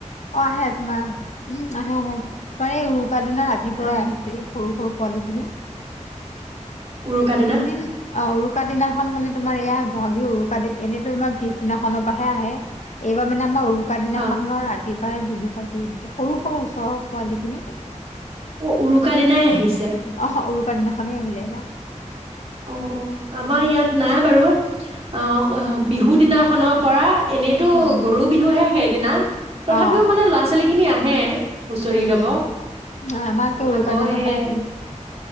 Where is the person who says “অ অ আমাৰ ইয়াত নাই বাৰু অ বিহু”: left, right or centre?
Right